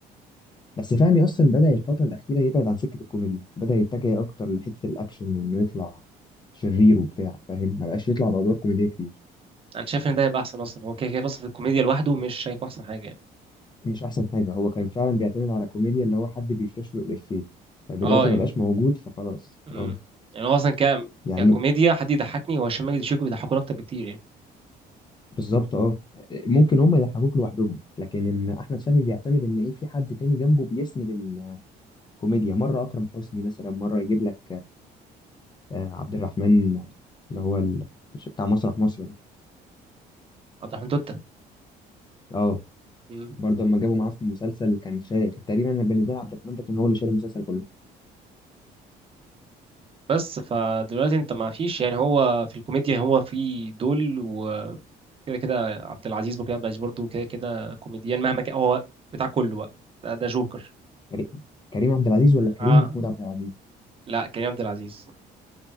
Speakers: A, on the left; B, on the right.
A: بس فهمي اصلا بدأ الفترة الأخيرة يبعد عن سكة الكوميديا بدأ يتجه اكتر لحتة الاكشن وانه يطلع شرير وبتاع فاهم ما بقاش يطلع بأدوار كوميدية كتير
B: انا شايف ان ده هيبقى احسن اصلا هو كده كده اصلا في الكوميديا لوحده مش شايفه احسن حاجه يعني
A: مش احسن حاجه هو كان فعلا بيعتمد على كوميديا اللي هو حد بيفرش له الافيه فدلوقتي
B: اه يعني
A: ما بقاش موجود فخلاص
B: امم
A: اه
B: يعني هو اصلا ك
A: يعني
B: ككوميديا حد يضحكني هو هشام ماجد وشيكو بيضحكوني اكتر بكتير يعني
A: بالظبط اه ممكن هم يضحكوك لوحدهم لكن ان احمد فهمي بيعتمد ان ايه في حد تاني جنبه بيسند الكوميديا مره اكرم حسني مثلا مره يجيب لك آه، عبد الرحمن اللي هو ال- بتاع مسرح مصر ده
B: اضحك من توتة
A: اه
B: مم.
A: برضه اما جابوا معاه في المسلسل كان شايل تقريبا أنا بالنسبه لي عبد الرحمن ده كان هو اللي شايل المسلسل كله
B: بس فدلوقتي انت ما فيش يعني هو في الكوميديا هو في دول و كده كده عبد العزيز وكريم عبد العزيز برضه كده كده كوميديان مهما كان هو بتاع كله بقى ده, ده جوكر
A: كريم كريم عبد العزيز ولا كريم
B: آه.
A: محمود عبد العزيز
B: لا كريم عبد العزيز